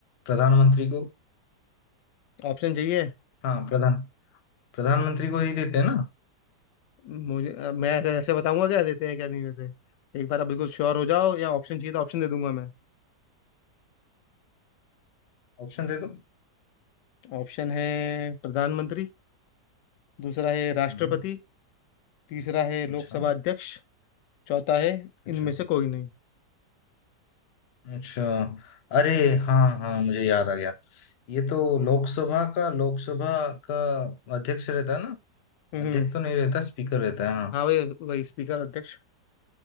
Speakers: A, on the left; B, on the left.
A: प्रधानमंत्री को
B: ऑप्शन चाहिए
A: हाँ प्रधान प्रधानमंत्री को ही देते हैं ना
B: मुझे अ, मैं ऐसे ऐसे बताऊंगा क्या देते हैं क्या नहीं देते एक बार आप बिल्कुल श्योर हो जाओ या ऑप्शन चाहिए तो ऑप्शन दे दूंगा मैं
A: ऑप्शन दे दो
B: ऑप्शन है प्रधानमंत्री दूसरा है राष्ट्रपति
A: हाँ
B: तीसरा है लोकसभा
A: अच्छा
B: अध्यक्ष चौथा है इनमें
A: अच्छा
B: से कोई नहीं
A: अच्छा अरे हाँ हाँ मुझे याद आ गया ये तो लोकसभा का लोकसभा का अध्यक्ष रहता है ना
B: हम्म
A: अध्यक्ष तो नहीं रहता स्पीकर रहता है हाँ
B: हाँ वही वही स्पीकर अध्यक्ष